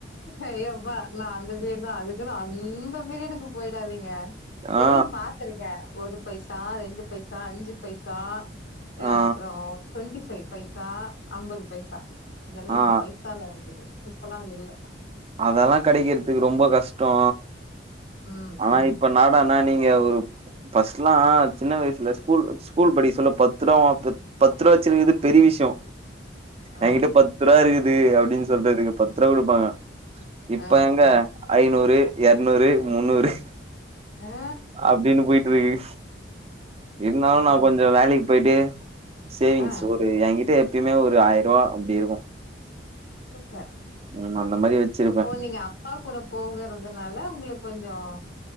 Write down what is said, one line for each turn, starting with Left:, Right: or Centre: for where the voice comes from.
Left: ஐயோ அப்பா நா அந்த பீரியட் தா அதுக்குன்னு அந்த பீரியடுக்கு போயிடாதீங்க தெரியு
Right: ஆ
Left: பாத்துருக்க ஒரு பைசா ரெண்டு பைசா அஞ்சு பைசா எ
Right: ஆ
Left: அப்பறோ டுவெண்டி பைவ் பைசா ஐம்பது பைசா இதல்லா
Right: ஆ
Left: பை சா <inaudible> இப்பல்லா அது இல்ல
Right: அதல்லா கடைக்கறதுக்கு ரொம்ப கஷ்டோ
Left: ம்
Right: அனா
Left: ம்
Right: இப்ப நாடன்னா நீங்க ஒரு பர்ஸ்ட்லா சின்ன வயசுல ஸ்கூல் ஸ்கூல் படிக்க சொல்ல பத்து டா வாப்பு பத்துருவா வச்சிருக்கறது பெரிய விஷயோ
Left: ஆ
Right: ஏங்கிட்ட பத்து ருவா இருக்குது அப்டின் சொல்றதுக்கு பத்து ருவா குடுப்பாங்க இப்ப
Left: ஆ
Right: எங்க
Left: ஆ
Right: ஐநூறு இரநூறு முன்னூறு
Left: ஆ
Right: அப்டின்னு போயிட்டுருக்கு இருந்தாலு
Left: ஆமா
Right: நா கொஞ்சோ வேலைக்கு போயிட்டு சேவிங்ஸ்
Left: ஆ
Right: <unintelligible> ஏங்கிட்ட எப்பயுமே ஒரு ஆயருவா அப்படி இருக்கு
Left: சூப்பர்
Right: ம் அந்த மாரி வச்சிருப்பே
Left: ஓ நீங்க அப் ப்பா கூட போகருதுனால உங்களுக் கொஞ்சோ